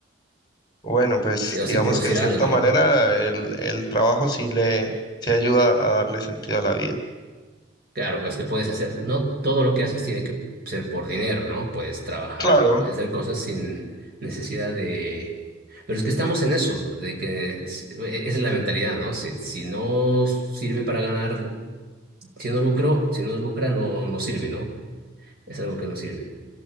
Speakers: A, on the left; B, on the right.
A: Bueno, pues
B: Sí, O
A: digamos
B: sin producir
A: que de cierta
B: algo,
A: manera
B: ¿no?
A: el, el trabajo sí le sí ayuda a darle sentido a la vida.
B: Claro, pues que puedes hacer, no todo lo que haces tiene que ser por dinero, ¿no? Puedes trabajar,
A: Claro,
B: puedes hacer cosas sin necesidad de... Pero es que estamos en eso, de que es- esa es la mentalidad, ¿no? Si, si no sirve para ganar, si no lucro, si no lucra, no, no sirve, ¿no? Es algo que no sirve.